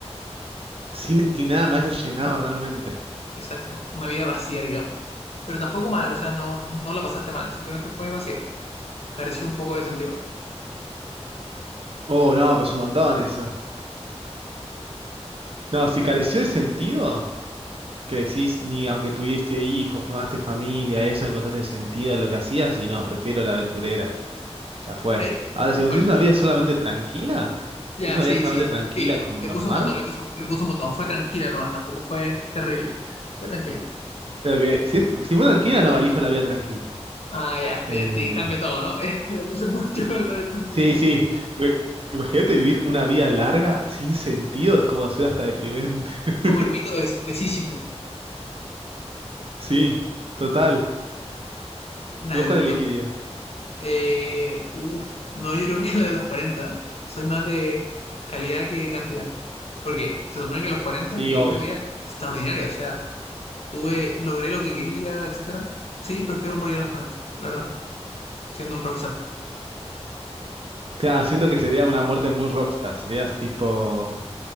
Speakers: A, on the right; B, on the left.
A: Sin que nada me haya llenado realmente.
B: Exacto, una vida vacía, digamos. Pero tampoco mal, o sea, no, no la pasaste mal, simplemente fue vacía. Careció un poco de sentido.
A: Oh, no, pues un montón eso. No, si careció de sentido, que decís, ni aunque tuviste hijos, formaste familia, eso, encontraste sentido a lo que hacías, y no, prefiero la aventurera. Ya fue.
B: ¿Ok?
A: Ahora, si
B: Y bueno,
A: es una vida solamente tranquila,
B: ya,
A: si es una
B: sí,
A: vida solamente
B: sí,
A: tranquila
B: sí,
A: como
B: le
A: normal,
B: puso un montón, le puso, le puso un montón. Fue tranquila nomás, tampoco fue terrible. Fue tranquila.
A: creo que si, es- si fue tranquila, no, elijo la vida tranquila.
B: Ah, ya,
A: Eh,
B: bien, sí, cambia todo, ¿no? <laughs> Le puse mucho con lo del sentido.
A: sí, sí. porque Imagínate vivir una vida larga sin sentido, es como ser hasta deprimente. <laughs>
B: Como el mito de, de Sísifo,
A: Sí, total.
B: la
A: ¿Y vos
B: de
A: cuál
B: Tutor.
A: elegirías?
B: Eh, uh, no, yo creo que la de los 40. Soy más de calidad que cantidad. Porque se supone que a los 40
A: Sí,
B: viví
A: obvio.
B: una vida extraordinaria. O sea, tuve, logré lo que quería, etcétera. Sí, prefiero morir a los 40, la verdad. Siendo un rockstar.
A: Claro, siento que sería una muerte muy rockstar, serías tipo